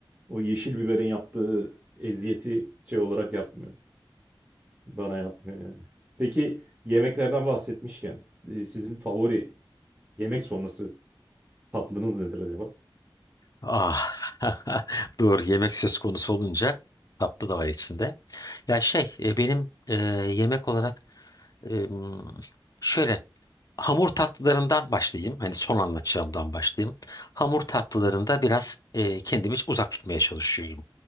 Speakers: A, on the right; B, on the left.
A: o yeşil biberin yaptığı eziyeti şey olarak yapmıyor. Bana yapmıyor yani. Peki yemeklerden bahsetmişken e, sizin favori yemek sonrası tatlınız nedir acaba?
B: Ah. <laughs> Doğru. Yemek söz konusu olunca tatlı da var içinde. Ya şey e, benim e, yemek olarak e, m, şöyle Hamur tatlılarından başlayayım. Hani son anlatacağımdan başlayayım. Hamur tatlılarında biraz e, kendimi uzak tutmaya çalışıyorum.